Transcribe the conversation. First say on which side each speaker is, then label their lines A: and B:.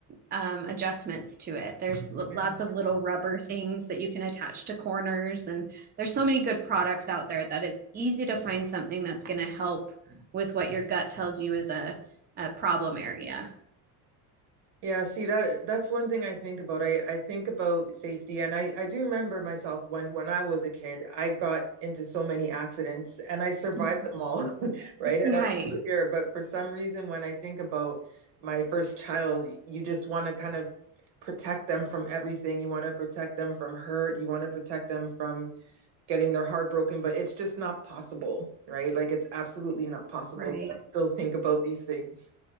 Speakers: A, on the right (about 20°); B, on the right (about 65°).
A: um, adjustments to it. There's lots
B: yeah.
A: of little rubber things that you can attach to corners, and there's so many good products out there that it's easy to find something that's going to help with what your gut tells you is a, a problem area.
B: Yeah, see that that's one thing I think about. I, I think about safety and I, I do remember myself when when I was a kid, I got into so many accidents and I survived
A: Mm-hmm.
B: them all, <laughs> right? And
A: Right,
B: up to here, but for some reason when I think about my first child, you just want to kind of protect them from everything. You want to protect them from hurt, you want to protect them from getting their heart broken, but it's just not possible, right? Like it's absolutely not possible,
A: right.
B: but I still think about these things,